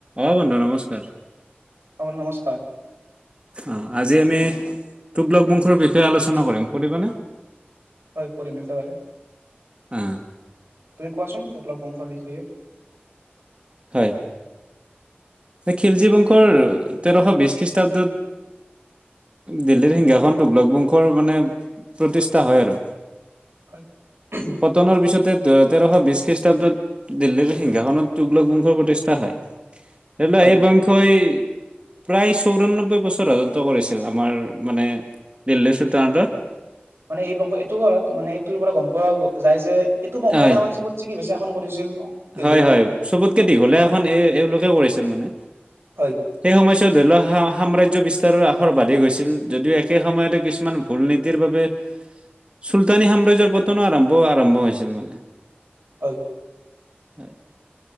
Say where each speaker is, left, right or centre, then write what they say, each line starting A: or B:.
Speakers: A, on the right (about 30°); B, on the right (about 85°).
A: অ' বন্ধু নমস্কাৰ।
B: অ' বন্ধু নমস্কাৰ।
A: অ', আজি আমি তোকলক বংশৰ বিষয়ে আলোচনা কৰিম, শুনিব নে?
B: হয় কৰিম একেবাৰে,
A: অ
B: তুমি কোৱাচোন তোকলক বংশৰ বিষয়ে।
A: হয়। খিলজী বংশৰ তেৰশ বিশ খ্ৰীষ্টাব্দত। দিল্লীৰ সিংহাসন তোকলগ বংশৰ মানে, প্ৰতিষ্ঠা হয় আৰু।
B: <unintelligible>
A: পতনৰ পিছতে তেৰশ বিশ খ্ৰীষ্টাব্দত। দিল্লীৰ সিংহাসনত তুগলক বংশৰ প্ৰতিষ্ঠা হয়, ধৰি লওঁ
B: হয়
A: এই বংশই প্ৰায় চৌৰানব্বৈ বছৰ ৰাজত্ব কৰিছিল। আমাৰ মানে দিল্লী চোলতানটে।
B: মানে এই বংশ এইটো ঘৰত মানে এইটোৰ পৰা গ'ম পোৱা যায় যে, এইটো বংশই
A: হয়
B: তাৰমানে চবত। চিকি বেছি শাসন কৰিছিল। দিল্লীত
A: হয়, হয়, চবতকে দীঘলীয়া এখন এ এওঁলোকে কৰিছিল মানে।
B: হয়
A: সেই সময়ছোৱাত ধৰি লোৱা সাম্ৰাজ্য বিস্তাৰৰ আসৰ বাধিক হৈছিল, যদিও একে সময়তে কিছুমান ফুল নীতিৰ বাবে, চুলতানী সাম্ৰাজ্যৰ পতনো আৰম্ভ আৰম্ভ হৈছিল মানে।
B: হয়।
A: হয়।